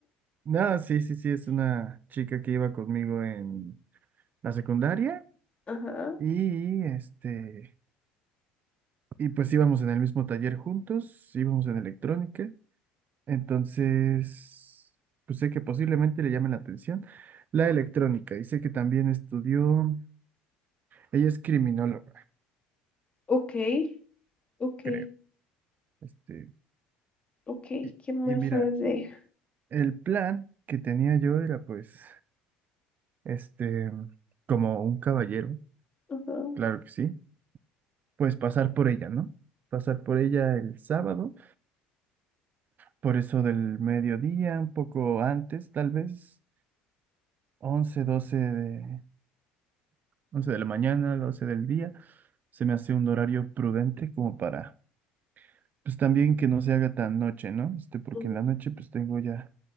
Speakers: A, on the right; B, on the left.
A: nada, sí, sí, sí, es una chica que iba conmigo en la secundaria
B: Ajá,
A: y este, y pues íbamos en el mismo taller juntos, íbamos en electrónica. Entonces, pues sé que posiblemente le llame la atención la electrónica y sé que también estudió, ella es criminóloga,
B: ok, ok,
A: creo. Este,
B: ok,
A: y,
B: ¿qué más
A: y mira,
B: sabes de ella?
A: el plan que tenía yo era pues este, como un caballero,
B: Ajá.
A: claro que sí, pues pasar por ella, ¿no? Pasar por ella el sábado, por eso del mediodía, un poco antes, tal vez, 11 12 de, once de la mañana, doce del día, se me hace un horario prudente como para, pues también que no se haga tan noche, ¿no? Este, porque
B: Mm,
A: en la noche pues tengo ya